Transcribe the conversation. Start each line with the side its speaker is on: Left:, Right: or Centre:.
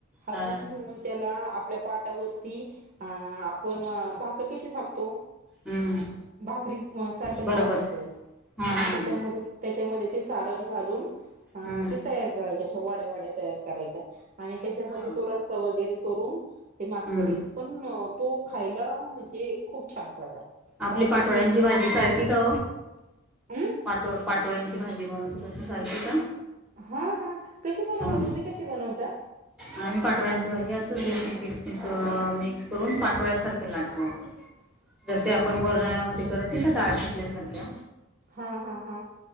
Right: हटवून
Centre: हं.
Right: घेऊन त्याला आपल्या पा त्या वरती अ आपण भाकर कशी थापतो?
Centre: हं.
Right: भाकरी सारखं
Centre: बरोबर
Right: थापायचंय
Centre: हां
Right: आणि
Centre: हां
Right: त्याच्यामध्ये
Centre: हां
Right: त्याच्यामध्ये ते सारण घालून अ
Centre: हां
Right: ती तयार करायची अशा वड्या वड्या तयार करायच्या आणि त्याच्यामध्ये
Centre: असं
Right: तो रस्सा वगैरे करून ते मासवडी
Centre: हं.
Right: पण तो खायला म्हणजे खूप छान प्रकार.
Centre: आपली
Right: भाजी
Centre: पाठोळ्यांची
Right: एक
Centre: भाजी सारखी का
Right: हम्
Centre: पाटो पाठोळ्यांची भा जेवन होत तसं सारख का?
Right: हा हा कशी बनवता
Centre: हां
Right: तुम्ही कशी बनवता?
Centre: आम्ही पाठोळांची भाजी असच बेसन पीठ अस मिक्स करून पाटोळ्यासारखे. <unintelligible> जसे आपण वरनाळ्या मध्ये करत नाही का डाळ चिकल्यासारख्या.
Right: हा, हा, हा.